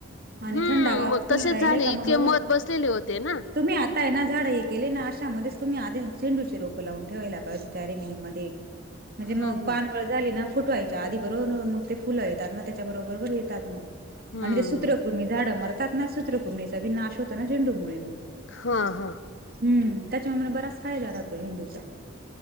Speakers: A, on the right; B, on the left.
A: आणि
B: हम्म
A: थंडा वा
B: मग
A: फुल
B: तसेच
A: राहिलय
B: झाले
A: का
B: इतके
A: मग बघ
B: मध बसलेले होते ना.
A: तुम्ही आत काई ना झाड हे केले ना अशामध्ये तुम्ही आधीच झेंडूचे रोपं लावून ठेवायला पाहि तिच्या रेमिंग मध्ये म्हणजे
B: हम्म
A: म
B: हम्म
A: पान झाली ना फुटवायच्या आधी बरोबर मग ते फुलं येतात ना त्याच्या बरोबर येतात मग
B: हम्म
A: आणि ते सूत्रकृमी झाडं मरतात ना सूत्रकृमीचा विनाश होतो ना झेंडूमुळे मग
B: ह, ह
A: हम्म त्याच्यामुळे बराच फायदा राहतो झेंडूचा